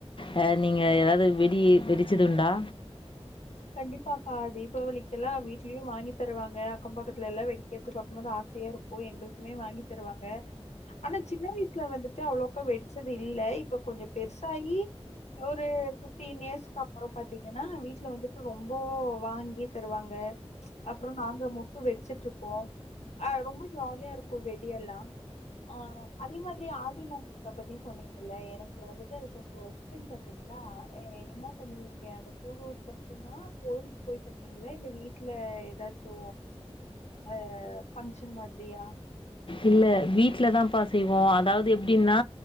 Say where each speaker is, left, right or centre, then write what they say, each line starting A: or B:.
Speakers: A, on the left (about 50°); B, on the left (about 85°).
A: ஹ நீங்க ஏதாவது வெடி வெடிச்சதுண்டா
B: கண்டிப்பாக்கா தீபாவளிகெல்லா வீட்லியு வாங்கி தருவாங்க அக்கம் பக்கத்துல எல்லா வெடிக்கற்து பாக்கும்போது ஆசையா இருக்கு எங்களுக்குமே வாங்கி தருவாங்க ஆனா சின்ன வயசுல வந்துட்டு அவ்ளோக்கா வெடிச்சது இல்ல இப்ப கொஞ்ச பெருசாகி ஒரு ஃபிப்டீன் இயர்ஸ்கு அப்பறோ பாத்தீங்கன்னா வீட்டுல வந்துட் ரொம்போ வாங்கி தருவாங்க அப்றோ நாங்க முக்கு வெடுச்சுட்ருப்போ அஹ் ரொம்ப ஜாலியா இருக்கூ வெடியெல்லா அஹ் அதே மாத்ரி ஆ தி மு க ப்பத்தி சொன்னீங்கல்ல எனக்கு வந்துட்டு அது கொஞ்சோ எக்ஸ்ப்லைன் பண்றீங்களா எ எ என்ன பண்ணுவீங்க அந்த கூழூத்தற் டுமா கோயில்க்கு போய் பணீணுவீங்களா இல்ல வீட்ல எதாச்சு அஹ் ஃபங்க்ஷன் மாதிரியா
A: இல்ல வீட்ல தான்ப்பா செய்வோ அதாவது எப்டின்னா